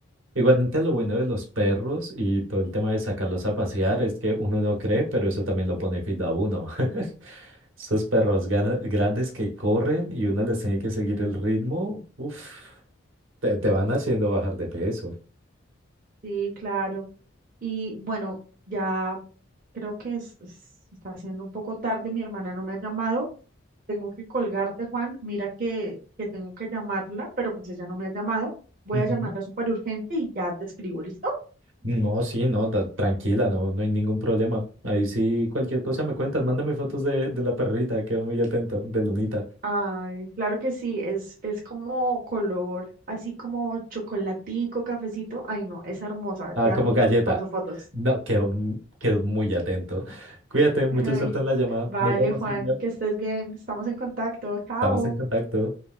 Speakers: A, on the right (about 70°); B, on the right (about 40°).
A: Igualmente lo bueno de los perros y todo el tema de sacarlos a pasear es que uno no cree, pero eso también lo pone fit a uno. <laughs> Esos perros gana- grandes que corren y uno les tiene que seguir el ritmo, uff, te, te van haciendo bajar de peso.
B: Sí, claro. Y bueno, ya creo que es- es- está haciendo un poco tarde, mi hermana no me ha llamado. Tengo que colgarte, Juan. Mira que, que tengo que llamarla, pero pues ella no me ha llamado. Voy
A: Ujú.
B: a llamarla súper urgente y ya te escribo, ¿listo?
A: No, sí, no, da- tranquila, no, no hay ningún problema. Ahí sí, cualquier cosa me cuentas, mándame fotos de, de la perrita, quedo muy atento, de Lunita.
B: Ay, claro que sí, es, es como color, así como chocolatico, cafecito. Ay, no, es hermosa.
A: Ah,
B: Ya
A: como
B: mismo
A: galleta.
B: te paso fotos.
A: No, quedo, m- quedo muy atento. Cuídate, mucha
B: <laughs> Ay,
A: suerte en la llamada.
B: vale,
A: Nos vemos,
B: Juan,
A: Silvia.
B: que estés bien. Estamos en contacto. Chao.
A: Estamos en contacto.